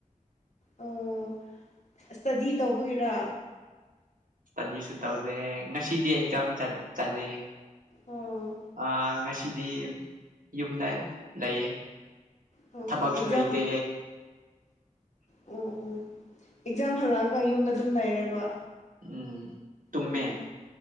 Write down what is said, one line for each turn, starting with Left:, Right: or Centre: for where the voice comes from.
Left: ꯑꯣ ꯏꯁꯇꯗꯤ ꯇꯧꯕꯒꯤꯔꯥ
Right: ꯇꯗꯤꯁꯨ ꯑ ꯉꯁꯤꯗꯤ ꯑꯦꯛꯖꯥꯝ ꯆꯠꯂꯤ ꯆꯠꯂꯦ
Left: ꯑꯣ
Right: ꯑꯥ ꯉꯁꯤ ꯁꯤꯗꯤ ꯌꯨꯝꯗ ꯂꯩꯌꯦ
Left: ꯑꯣ
Right: ꯊꯕꯛꯁꯨ
Left: ꯑꯦꯛꯖꯥꯝ
Right: ꯂꯩꯇꯦ
Left: ꯑꯣ ꯑꯣ ꯑꯦꯛꯖꯥꯝ ꯍꯜꯂꯛꯑꯒ ꯌꯨꯝꯗ ꯑꯗꯨꯝ ꯂꯩꯔꯦꯕ
Right: ꯎꯝ ꯇꯨꯝꯃꯦ
Left: ꯎꯝ